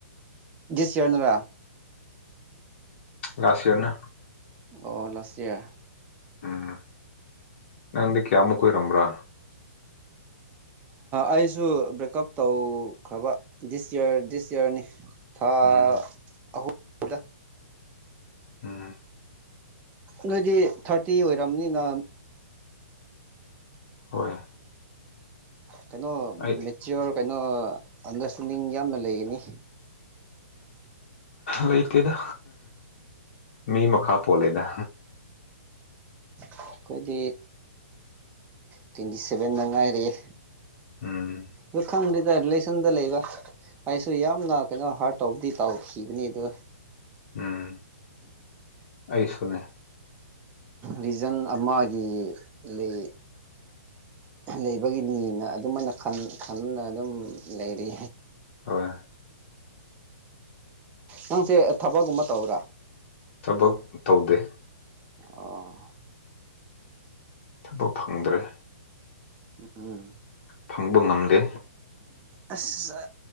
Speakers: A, on the right; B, on the left.
A: ꯁꯌ ꯅ꯭ꯔꯥ
B: ꯂꯁꯤꯣꯅ
A: ꯑꯣ ꯂꯥꯁ
B: ꯎꯝ ꯅꯪꯗꯤ ꯀꯌꯥꯃꯨꯛ ꯀꯣꯏ ꯔꯝ꯭ꯔꯥ
A: ꯑꯩꯁꯨ ꯕ꯭ꯔꯦꯛꯀꯞ ꯇꯧꯈ꯭ꯔꯕ ꯗꯤꯁ ꯌꯔ ꯗꯤꯁ ꯌꯔꯅꯤ ꯊꯥ
B: ꯎꯝ
A: ꯑꯍꯨꯝꯗ
B: ꯎꯝ
A: ꯅꯣꯏꯗꯤ ꯊꯥꯔꯇꯤ ꯑꯣꯏꯔꯝꯅꯤꯅ
B: ꯍꯣꯏ
A: ꯀꯩꯅꯣ
B: ꯑꯩ
A: ꯃꯦꯆꯌꯔ ꯀꯩꯅꯣ ꯑꯟꯗꯔꯁꯇꯦꯟꯗꯤꯡ ꯌꯥꯝꯅ ꯂꯩꯒꯅꯤ
B: ꯂꯩꯇꯦꯗ ꯃꯤ ꯃꯈꯥ ꯄꯣꯂꯦꯗ
A: ꯑꯩꯈꯣꯏꯗꯤ ꯇ꯭ꯋꯦꯟꯇꯤ ꯁꯦꯚꯦꯟꯗ ꯉꯥꯏꯔꯛꯑꯦ
B: ꯎꯝ
A: ꯂ ꯈꯪ ꯑꯗ ꯔꯤꯂꯦꯁꯟꯗ ꯂꯩꯕ ꯑꯩꯁꯨ ꯌꯥꯝꯅ ꯀꯩꯅꯣ ꯍꯥꯔꯠ ꯇꯧꯕꯗꯤ ꯇꯧꯈꯤꯕꯅꯤ ꯑꯗꯨꯒ
B: ꯎꯝ ꯑꯩꯁꯨꯅꯦ
A: ꯔꯤꯖꯟ ꯑꯃꯒꯤ ꯂꯩ ꯂꯩꯕꯒꯤꯅꯤꯅ ꯑꯗꯨꯃꯥꯏꯅ ꯈꯅ ꯑꯗꯨꯝ ꯂꯩꯔꯤ
B: ꯍꯣꯏ
A: ꯅꯪꯁꯦ ꯊꯕꯛꯒꯨꯝꯕ ꯇꯧꯕꯔꯥ
B: ꯊꯕꯛ ꯇꯧꯗꯦ
A: ꯑꯣ
B: ꯊꯕꯛ ꯐꯪꯗ꯭ꯔꯦ
A: ꯎꯝ
B: ꯐꯪꯕ ꯉꯝꯗꯦ
A: ꯑꯁ